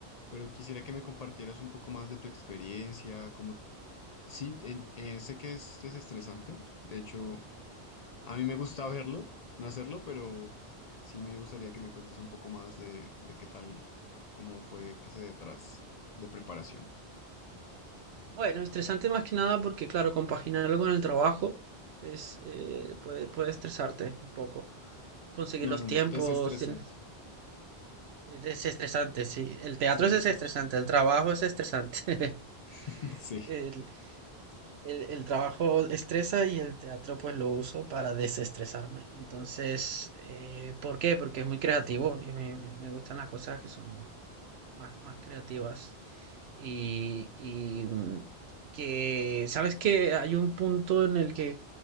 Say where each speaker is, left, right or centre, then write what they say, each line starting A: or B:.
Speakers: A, on the left (about 50°); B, on the right (about 70°).
A: pero quisiera que me compartieras un poco más de tu experiencia, como sí, en- eh, sé que es desestresante, de hecho, a mí me gusta verlo, no hacerlo, pero sí me gustaría que me cuentes un poco más de, de qué tal, cómo fue ese detrás de preparación.
B: Bueno, estresante más que nada porque, claro, compaginarlo con el trabajo es, eh, puede, puede estresarte un poco. Conseguir
A: No,
B: los
A: no,
B: tiempos
A: no, desestresante.
B: tien- es estresante, sí. El teatro
A: Sí,
B: es
A: desestresante.
B: estresante, el trabajo es estresante. <laughs>
A: <laughs> Sí.
B: El, el, el trabajo estresa y el teatro pues lo uso para desestresarme. Entonces, eh, ¿por qué? Porque es muy creativo y me, me me gustan las cosas que son más, más creativas. Y, y, mm, que, ¿sabes que Hay un punto en el que